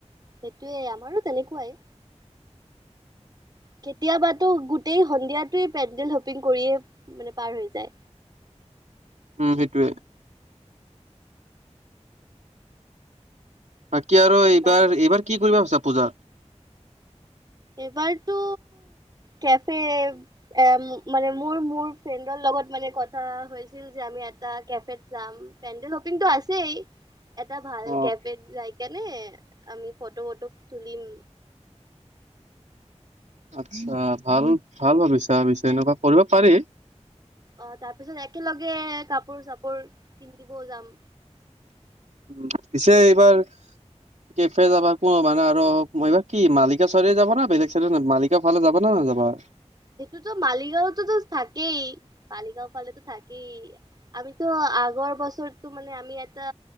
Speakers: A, on the right (about 35°); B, on the right (about 75°).
A: সেইটোয়ে আমাৰো তেনেকুৱাই কেতিয়াবাতো গোটেই সন্ধিয়াতে পেণ্ডেল হপিং কৰিয়ে মানে পাৰ হৈ যায়
B: <unintelligible> <inaudible> সেইটোৱে বাকি আৰু এইবাৰ
A: বা
B: এইবাৰ কি কৰিব ভাবিছা পূজাত <unintelligible>
A: এবাৰতো কে এ মানে মোৰ মোৰ ফ্ৰেডৰ লগত মানে কথা হৈছিল। আমি এটা কেফ যাম পেণ্ডেল শপিংটো আছেই। এটা ভাল
B: অ
A: কেফে জায়কা নে আমি ফটো ট তুলিম
B: আচ্ছা ভাল ভাল ভাবিছা ভাবিছে এনেকুৱা কৰিব পাৰি
A: অ তাৰ পিছত একেলগে কাপোৰ চাপোৰ কিনিবও যাম
B: উ পিছে এইবাৰ কেফে যাবা কোনো মানে আৰু এইবা কি মালিকা চ যাব না বেলেগ চ মালিকাৰ ফালে যাব নয় যাবা
A: সেইটোতো মালিগাঁওতোতো থাকেই মালিগাঁও ফালেতো থাকেই আমিতিতো আগৰ বছৰতো মানে আমি এটা